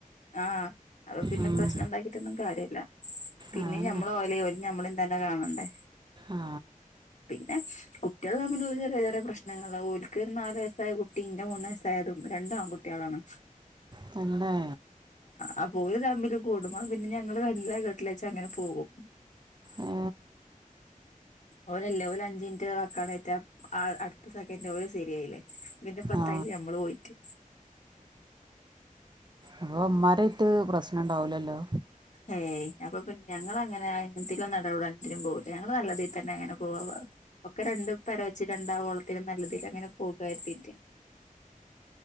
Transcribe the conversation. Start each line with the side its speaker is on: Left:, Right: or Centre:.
Left: ആഹ അപ്പൊ പിന്നെ
Right: ഉം,
Left: പ്രശ്ന ഉണ്ടാക്കിട്ടൊന്നും കാര്യല്ല പിന്നെ
Right: അതന്നെ
Left: ഞമ്മൾ ഓല ഓല ഞമ്മളും തന്നെ കാണണ്ടേ
Right: ആ
Left: പിന്നെ കുട്ടികൾ തമ്മിലുള്ള ചെറ ചെറെ പ്രശ്നങ്ങൾ ഒരിക്കലൊ ഒരു നാലല് വയസ്സായ കുട്ട ഇന്റെ മൂന്ന്ു വയസ്സായതുംണ്ട ാണ്
Right: തന്നെ
Left: ആ പോയ തമ്പില് കൂടുും പിന്നെ ഞങ്ങള്ൾ നല്ലഘെട്ടില വച്ച അങ്ങനെ പോകും
Right: ഏ,
Left: ഓരല്ലേഓ അഞ്ച മിനിറ്റ് വക്കാണ് ഏറ്റാ അടുത്ത സെക്കൻഡ് ഓ ശരിയായില്ലേ പിന്നെ പത്തായില്
Right: ആ
Left: ഞമ്മള് പോയിട്ട്
Right: അപ്പൾ അമ്മാരായിട്ട് പ്രശ്നം ഉണ്ടാവില്ലല്ലോ
Left: ഏയ് അപ്പൊ പിന്നെ ഞങ്ങങ്ങനെ അങ്ങന നടപടാൻെേലും പോില്ല ഞങ്ങൾ നല്ല രീയിൽ തന്നെ അങ്ങനെ പോവാ ഒക്കെ രണ്ട പര വെച്ച് രണ്ടോ ളത്തിനൽ നല്ലതിൽ അങ്ങനെ പോകരുത്തീട്ട